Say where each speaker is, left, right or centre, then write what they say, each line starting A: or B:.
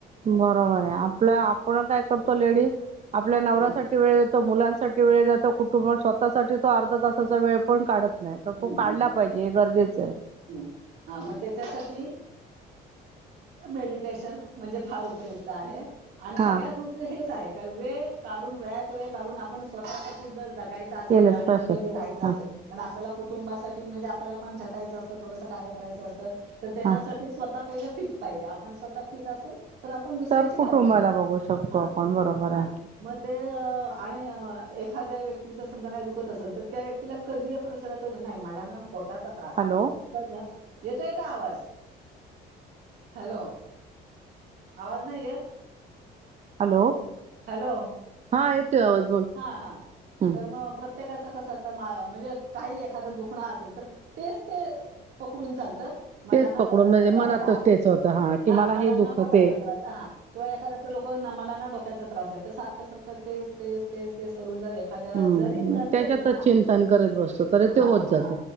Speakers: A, on the right (about 40°); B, on the right (about 75°).
A: बरोबर आहे आपलं आपण काय करतो लेडीज आपल्या नवऱ्यासाठी
B: हम्म
A: वेळ जातो मुलांसाठी वेळ जातो कुटुंब स्वतः स्वतः साठी तो अर्धा तासाचा वेळ पण काढत नाही तर
B: हम्म
A: तो काढला पाहिजे हे गरजेचं आहे.
B: हम्म हां मग तेच्यासाठी मेडिटेशन म्हणजे फार उपयुक्त आहे.
A: हा
B: सगळ्यात म्हणजे हेच आहे का वेळ काढून वेळत वेळ काढून स्वतः साठी जर जगता राहायचं असेल
A: केलंच
B: किं आणि
A: पाहिजे
B: निरोगी राहायचं
A: हा
B: असे कारण आपल्याला कुटुंबासाठी म्हणजे आपल्याला पण झटायचं थोडस कार्य करायचं असतं तर त्याच्यासाठी
A: हा
B: स्वतः पहिलं फिट पाहिजे आपण स्वतः फिट असतो. तर आपण दुसऱ्याची
A: तर कुटुंबाला
B: काळजी घेऊ
A: बघू शकतो
B: हा
A: आपण बरोबर
B: हा.
A: आहे.
B: मग ते आणि एखाद्या व्यक्तीचा समजा काही दुखतं असेल तर त्या व्यक्तीला कधी आपण विचार नाही मला पोटाचा त्रास
A: हॅलो
B: आहे येतोय का आवाज? हॅलो आवाज नाही येत?
A: हॅलो
B: हॅलो
A: हा येतोय आवाज बोल
B: हा हा
A: हम्म
B: तर मग प्रत्येकाचं कसं असतं म्हणजे काही एखादं दुखणं असेल तर तेच ते पकडून चालत. मला
A: तेच
B: ना
A: पकडून
B: पोटाचा
A: म्हणजे
B: त्रास
A: मनातच
B: आहे हा
A: तेच होतं कि
B: हा मला
A: हे दुखते
B: ना पोटाचा त्रास आहे हा किंवा एखाद्या डोक मला ना डोक्याचा त्रास आहे तर सारखं सारखं तेच तेच तेच तेच करून जर एखाद्याला
A: हम्म
B: जरी नसेल
A: त्याच्यातच
B: ना
A: चिंतन करत बसतो तरी ते
B: हा
A: होत जात
B: हा